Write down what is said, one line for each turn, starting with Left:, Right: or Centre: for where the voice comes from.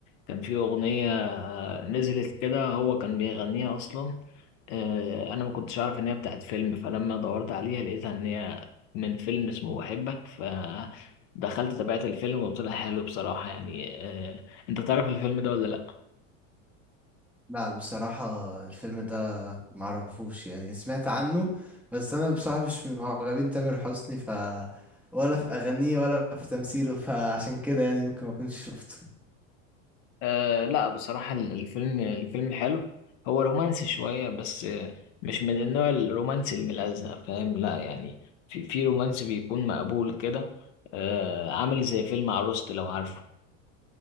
Left: كان في أغنية آه، نزلت كده هو كان بيغنيها أصلا آه، أنا ما كنتش عارف إن هي بتاعت فيلم فلما دورت عليها لقيتها إن هي من فيلم اسمه بحبك فدخلت تابعت الفيلم وطلع حلو بصراحة يعني آه، أنت تعرف الفيلم ده ولا لأ؟
Centre: لا بصراحة الفيلم ده معرفوش يعني سمعت عنه بس انا بصراحة مش من معجبين تامر حسني ف ولا في اغانيه ولا في تمثيله فعشان كده يعني ممكن ما كنتش شفته
Left: آه لا بصراحة ال- الفيلم الفيلم حلو هو رومانسي شوية بس آه، مش من النوع الرومانسي الملزق فاهم لا يعني في في رومانسي بيكون مقبول كده آه عامل زي فيلم عروست لو عارفه